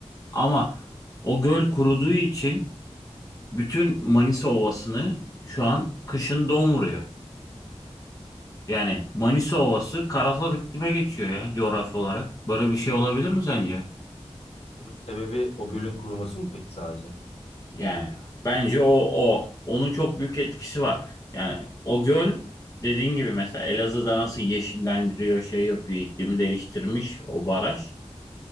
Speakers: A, on the left; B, on the left.
A: Ama o göl kuruduğu için bütün Manisa Ovası'nı şu an kışın don vuruyor. Yani Manisa Ovası karasal iklime geçiyor ya coğrafi olarak. Böyle bir şey olabilir mi sence?
B: Bunun sebebi o gölün kuruması mı peki sadece?
A: Yani bence o o. Onun çok büyük etkisi var. Yani o göl dediğin gibi mesela Elazığ'da nasıl yeşillendiriyor, şey yapıyor, iklimi değiştirmiş o baraj.